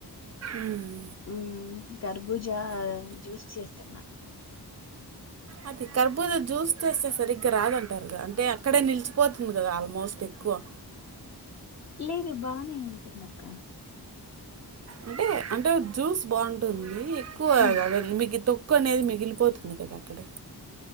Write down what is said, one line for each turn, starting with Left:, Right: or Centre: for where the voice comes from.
Right: మ్మ్
Left: ఉమ్ కర్భూజ జ్యూస్ చేస్తున్నా
Right: అది కర్బూజా జ్యూస్ చేస్తే సరిగ్గా రాదంటారు గా, అంటే అక్కడే నిల్చిపోతుంది గదా ఆల్మోస్ట్. కువా
Left: లేదు బానే ఉంటుందక్క
Right: అంటే అంటే జ్యూస్ బావుంటుంది ఎక్కువ
Left: ఉమ్
Right: గాద మీగిత్తో క్కనేది మిగిలిపోతుంది గద అక్కడే